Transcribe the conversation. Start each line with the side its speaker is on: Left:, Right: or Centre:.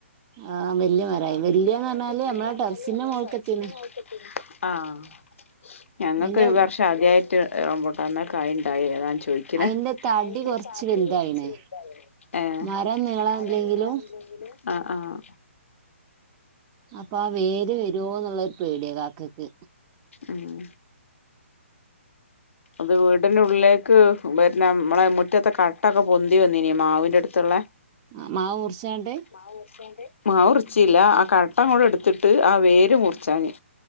Right: ആഹ് വല്യ മരായി
Left: ആഹ്
Right: വല്യന്ന്
Left: വല്ല്യമരായി
Right: പറഞ്ഞാല്
Left: വല്ല്യാന്നർഞ്ഞാല്
Right: നമ്മളെ ടെറസിന്റെ
Left: നമ്മള
Right: മോൾക്കെത്തീണ്
Left: ടെറസിൻ്റ മോള്ക്കെത്തി ആഹ് ഞങ്ങക്ക്
Right: അതിന്റെ
Left: ഈ വർഷാദ്യായിട്ട് റംബുട്ടാമ്മെ കായിണ്ടായി അതാണ് ചോയി ക്കിണ്
Right: അതിന്റെ തടി
Left: അയിന്റെ
Right: കുറച്ച്
Left: തടി
Right: വലുതായിണ്
Left: കൊർച്ൽതായിണ്
Right: മരം നീളല്ലെങ്കിലും
Left: മരംനീളണ്ട് ഏഹ് ആഹ് ആഹ്
Right: അപ്പാ വേര് വരുവോന്നുള്ളൊരു പേടിയാ കാക്കക്ക്
Left: ആഹ് അത് വീടിൻ്റ ഉള്ളിലേക്ക് വര്ണ മ്മളെ മുറ്റത്തെ കട്ടൊക്കെ പൊന്തി വന്നീനി മാവിൻ്റട്ത്ത്ള്ള
Right: ആ മാവ് മുറിചാണ്ട്
Left: മാവുർചാണ്ട് മാവുറിച്ചീല്ല ആ കട്ട അങ്ങോടെട്ത്തിട്ട് ആ വേര് മുറിച്ചാഞ്ഞ്